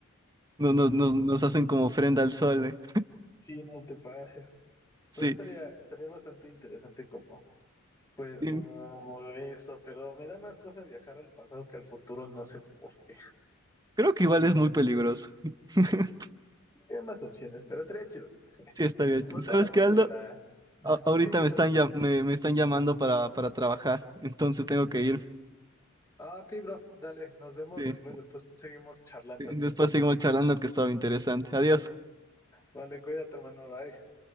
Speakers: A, on the right; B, on the left.
A: no- nos, nos, nos hacen como ofrenda al sol. eh.
B: Sí, no te pases.
A: Sí,
B: Pero sí estaría, estaría bastante interesante como, pues,
A: sí.
B: como eso, pero me da más cosa viajar al pasado que al futuro, no sé por qué.
A: Creo que igual es muy peligroso. <laughs>
B: Hay más opciones, pero estaría chido.
A: Sí, estaría. ch-
B: Sobre
A: ¿Sabes
B: todo la parte
A: qué, Aldo?
B: de la...
A: A- ahorita
B: Sí, dime,
A: me están,
B: hermano.
A: llam- me, me están llamando para, para trabajar, entonces tengo que ir.
B: Ah, ok, bro, dale, nos vemos
A: Sí.
B: después, después seguimos charlando.
A: sí. Después seguimos charlando que estaba interesante. Adiós.
B: Vale, cuídate, hermano, bye.